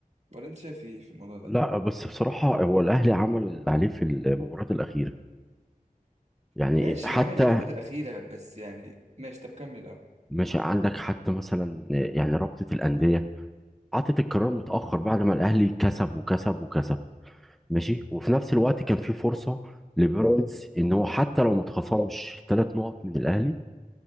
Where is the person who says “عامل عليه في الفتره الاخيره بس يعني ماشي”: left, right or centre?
Right